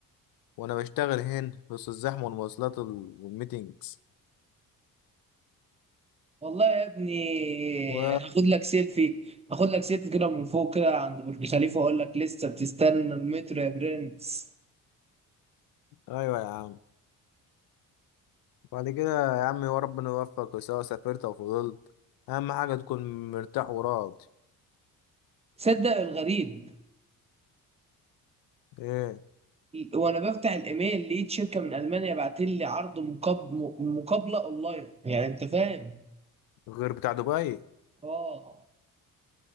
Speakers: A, on the left; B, on the right.
A: وانا بشتغل هنا وسط الزحمة والمواصلات والميتينجز
B: والله يا ابني
A: و...
B: هاخد لك سيلفي هاخد لك سيلفي كده من فوق كده عند برج خليفة واقول لك لسه بتستنى المترو يا برنس
A: ايوه يا عم بعد كده يا عم يا ربنا يوفقك سواء سافرت او فضلت اهم حاجه تكون مرتاح وراضي
B: صدق الغريب
A: ايه
B: وانا بفتح الايميل لقيت شركة من المانيا بعت لي عرض مقاب... مقابلة اونلاين يعني انت فاهم
A: غير بتاع دبي
B: اه